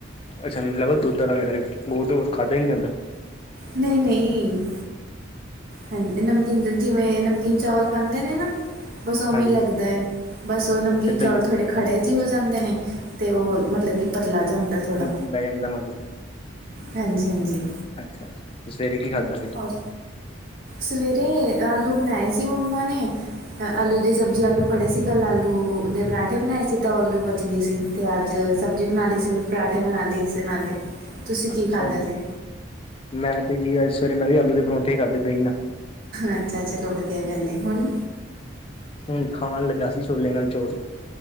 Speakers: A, on the left (about 30°); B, on the right (about 45°).
A: ਅੱਛਾ ਮਤਲਬ ਦੁੱਧ ਵਾਲਾ ਉਹ ਤੇ ਉਹ ਖਾਂਦਾ ਨੀ ਜਾਂਦਾ।
B: ਨਹੀਂ ਨਹੀਂ ਹਾਂਜੀ ਨਮਕੀਨ ਜਿਵੇਂ ਨਮਕੀਨ ਚਾਵਲ ਬਣਦੇ ਨੇ ਨਾ ਬਸ ਉਵੇਂ
A: ਹਾਂਜੀ
B: ਹੀ ਲੱਗਦਾ ਹੈ ਬਸ ਉਹ ਨਮਕੀਨ
A: ਅੱਛਾ
B: ਚਾਵਲ
A: ਦਲੀਆ
B: ਥੋੜੇ ਖੜ੍ਹੇ ਜਿਹੇ
A: ਅੱਛਾ
B: ਹੋ ਜਾਂਦੇ ਨੇ ਤੇ ਉਹ ਮਤਲਬ ਕਿ ਪਤਲਾ ਜਾ ਹੁੰਦਾ ਥੋੜਾ।
A: <unintelligible>
B: ਹਾਂਜੀ ਹਾਂਜੀ।
A: ਅੱਛਾ ਤੇ ਸਵੇਰੇ ਕੀ ਖਾਧਾ ਸੀ।
B: ਔਰ ਸਵੇਰੇ ਆਲੂ ਬਣਾਏ ਸੀ ਮੰਮਾ ਨੇ। ਆਲੂ ਦੀ ਸਬਜ਼ੀ ਆਲੂ ਪੜ੍ਹੇ ਸੀ ਕੱਲ੍ਹ ਆਲੂ ਉਹਦੇ ਪਰਾਂਠੇ ਬਣਾਏ ਸੀ ਤਾਂ ਉਹ ਆਲੂ ਬਚ ਗਏ ਸੀ। ਤੇ ਅੱਜ ਸਬਜ਼ੀ ਬਣਾ ਲਈ ਸੀ ਫੇਰ ਪਰਾਂਠੇ ਬਣਾ ਲਏ ਸੀ ਨਾਲੇ। ਤੁਸੀਂ ਕੀ
A: ਅੱਛਾ
B: ਖਾਧਾ
A: ਜੀ
B: ਸੀ
A: ਮੈਂ ਤੇ ਜੀ ਅੱਜ ਸਵੇਰੇ ਮੈਂ ਵੀ ਆਲੂ ਦੇ ਪਰੌਂਠੇ ਹੀ ਖਾਧੇ ਦਹੀ ਨਾ।
B: ਅੱਛਾ ਚਲੋ ਵਧੀਆ ਗੱਲ ਹੁਣ
A: ਹੂੰ ਖਾਣ ਲੱਗਾ ਸੀ ਛੋਲੇ ਨਾਲ ਚੋਲ।